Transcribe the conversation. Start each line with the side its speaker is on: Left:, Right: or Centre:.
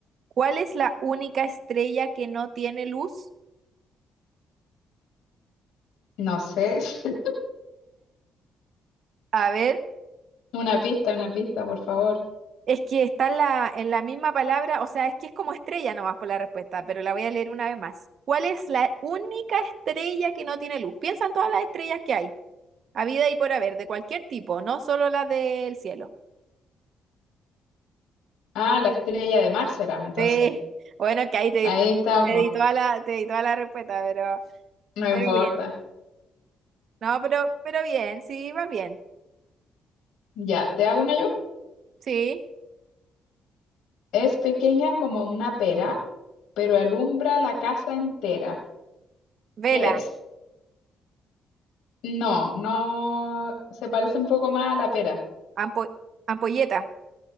Right: ¿Cuál es la única estrella que no tiene luz?
Left: No sé. <laughs>
Right: A ver,
Left: Una pista, una pista, por favor.
Right: Es que está en la, en la misma palabra, o sea, es que es como estrella nomás por la respuesta, pero la voy a leer una vez más. ¿Cuál es la única estrella que no tiene luz? Piensa en todas las estrellas que hay, habida y por haber, de cualquier tipo, no solo las del cielo.
Left: Ah, la estrella de mar será, entonces.
Right: Sí, bueno, que ahí te,
Left: Ahí estamos.
Right: te di toda la, te di toda la respuesta, pero,
Left: No
Right: pero
Left: importa.
Right: bien. No, pero, pero bien, sí, va bien.
Left: Ya, ¿te hago una yo?
Right: Sí,
Left: Es pequeña como una pera, pero alumbra la casa entera.
Right: vela,
Left: ¿Qué es? No, no, se parece un poco más a la pera.
Right: ampo- ampolleta.